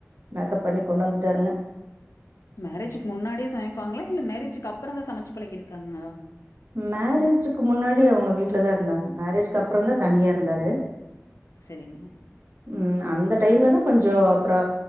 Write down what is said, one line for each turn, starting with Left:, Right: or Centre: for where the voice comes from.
Right: மேக்கப் பண்ணி கொண்டு வந்துட்டாருங்க.
Left: மேரேஜ்க்கு முன்னாடியே சமைப்பாங்களா இல்ல மேரேஜ்க்கு க்கப்புறம் தா சமச்சு பழகியிருக்காங்லா
Right: மேரேஜுக்கு முன்னாடி அவங்க வீட்டுலதா இருந்தாங்க மேரேஜ்க்கு அப்புறம் தான் தனியா இருந்தாரு.
Left: செரிங்க
Right: ம் அந்த டைம்ல தான் கொஞ்சோ அப்புறோ